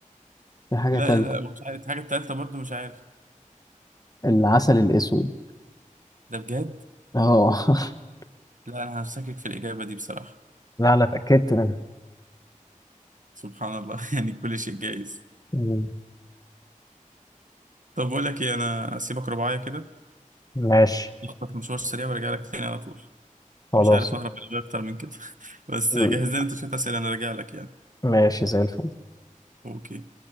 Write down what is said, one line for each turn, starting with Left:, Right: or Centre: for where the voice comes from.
Left: في حاجة
Right: لا
Left: تالتة
Right: لا مش عارف الحاجة التالتة برضو مش عارف
Left: العسل الأسود
Right: ده بجد
Left: اه <laughs>
Right: لا أنا همسكك في الإجابة دي بصراحة
Left: لا انا اتاكدت منها
Right: سبحان الله <laughs> يعني كل شيء جايز
Left: مم.
Right: طب بقول لك إيه أنا أسيبك رباعية كده
Left: ماشي
Right: أخطف مشوار سريع وأرجع لك تاني على طول
Left: خلاص
Right: مش عارف أهرب من الإجابة أكتر من كده <laughs> بس
Left: مم.
Right: جهز لنا أنت شوية أسئلة أنا راجع لك يعني
Left: ماشي زي الفل
Right: أوكي